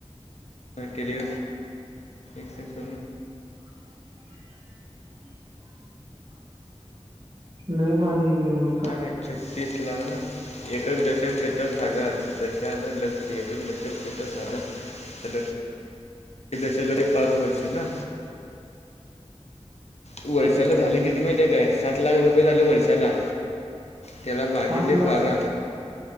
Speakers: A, on the left (about 70°); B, on the right (about 50°).
A: केले एकत
B: <unintelligible> ल मारारी हेक म
A: ह का छत्तीस लाग ना एकक दशक क्षेत्र साग दशा लक्ष एकक दशक क्षेत्र साध हलो दशलरी पाच वर्षे ना वर्षाला झाले किती माहिती आहे काय सात लाख रुपये झाले वर्षाला त्याला भागिले
B: सात लाख
A: बारा